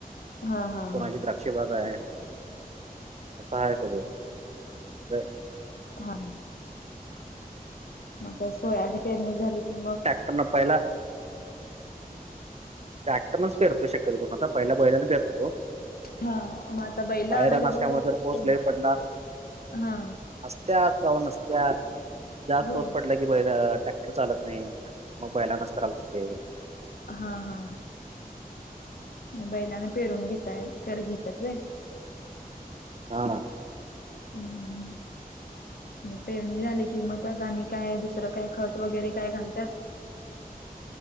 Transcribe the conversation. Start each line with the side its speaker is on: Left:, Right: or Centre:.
Left: हां, हां,
Right: कोणाची
Left: हां.
Right: काय अशी बाग आहे असं आहे सगळं <unintelligible>
Left: हा. मग सोयाबी पेरणी झाली कि मग
Right: त्यांना पहिला ट्रॅक्टरनच पेरतो शक्यत पण आता, पहिला बैलाने पेरत होतो.
Left: हा मग आता बैल
Right: पायऱ्या
Left: अवेलेबल
Right: नसल्यामुळे
Left: असते,
Right: जर पाऊस लय पडला
Left: हा.
Right: असत्यात कवा नसत्यात जास्त
Left: होय.
Right: पाऊस पडला की बैल ट्रॅक्टर चालत नाही. मग बैलानाच कराव लागते.
Left: हा हा मग बैलान पेरून घेताय कर घेतात व्हय.
Right: हां.
Left: हम्म. म पेरणी झाली की मग त्यात आणि काय दुसरं काय खत वगैरे काय घालतात.